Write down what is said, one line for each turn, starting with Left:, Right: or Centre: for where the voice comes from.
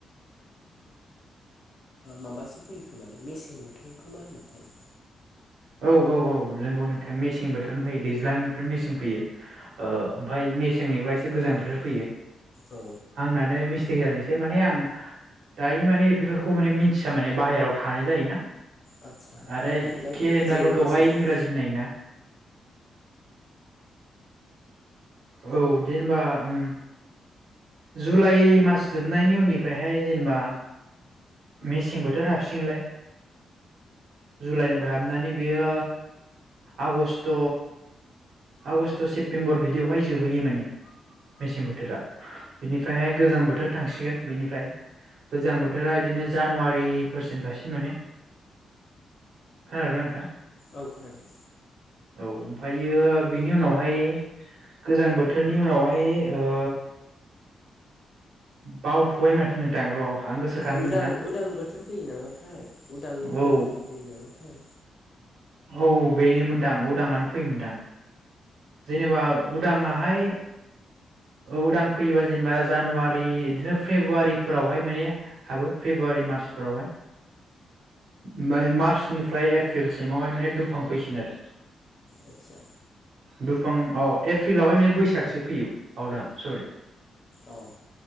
Left: माबासो फैयो खोमा मेसें बोथोर।
Right: औ औ औ नोंगौ नोंथाङा मेसें बोथोर फैयो दैज्लांनिफ्राय मेसें फैयो ओमफ्राय मेसेंनिफ्राय एसे गोजां बोथोर फैयो।
Left: औ
Right: आंनानो मिस जैदोंसै माने आं दायो माने बेफोरखौ माने मिथिया माने बाहेरायाव थानाय जायोना
Left: आदसा
Right: आरो
Left: खोन्थाहरलाय
Right: केलेन्डारफोरखौहाय
Left: दे जे मोनथिनायखौ
Right: इंराजि नायोना औ दे होनबा उम जुलाइ मास जोबनायनि उननिफ्रायहाय जेनेबा मेसें बोथोर हाबसिगोनलाय जुलाइ हाबनानै बेयो आगष्ट आगष्ट सेप्तेम्बर बिदियावहाय जोबबोैयो माने मेसें बोथोरा। बिनिफ्रायहाय गोजां बोथोर थांसिगोन बिनिफ्राय गोजां बोथोरा इदिनो जानुवारिफोरसिम थासिन माने खोनादोना नोंथां?
Left: औ खोनादों।
Right: औ ओमफ्रायो बिनि उनावहाय गोजां बोथोरनि उनावहाय ओ बावथ'बाय माथो नोंथां र' आं गोसोखांनि
Left: उदां
Right: नोंथां
Left: उदां बोथोर फैयो नामाथाय उदांनिफ्राय
Right: औ
Left: दुफां फैयो नामाथाय?
Right: औ बेनो मोनदां उदांआनो फैयोमोनदां जेनेबा उदाङाहाय औ उदां फैयोबा जेनेबा जानुवारि बिदिनो फेब्रुवारिफोरावहाय माने हाबो फेब्रुवारि मार्चफोरावहाय ओफाय मार्चनिफ्राय एप्रिलसिमावहाय माने दुफां फैसिन आरो
Left: आदसा
Right: दुफां अ एप्रिलावहाय माने बैसागसो फैयो बावदो आं सरि
Left: अ